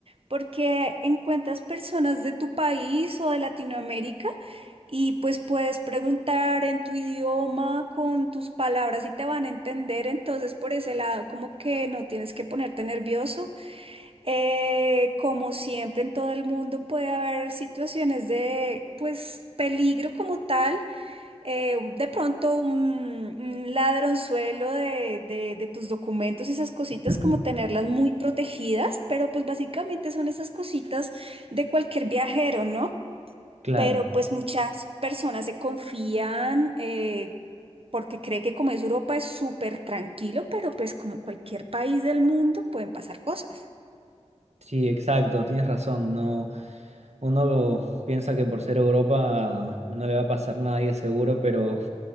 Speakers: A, on the right; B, on the right.
A: porque encuentras personas de tu país o de Latinoamérica y pues puedes preguntar en tu idioma con tus palabras y te van a entender, entonces por ese lado como que no tienes que ponerte nervioso. Eh, como siempre en todo el mundo puede haber situaciones de pues peligro como tal. Eh, de pronto un, un ladronzuelo de, de- de tus documentos, esas cositas
B: <laughs>
A: como tenerlas muy protegidas, pero pues básicamente son esas cositas de cualquier viajero, ¿no?
B: Claro,
A: Pero pues muchas personas se confían eh, porque cree que como es Europa es súper tranquilo, pero pues como cualquier país del mundo pueden pasar cosas.
B: sí, exacto, tienes razón. No, uno piensa que por ser Europa no le va a pasar nada y es seguro, pero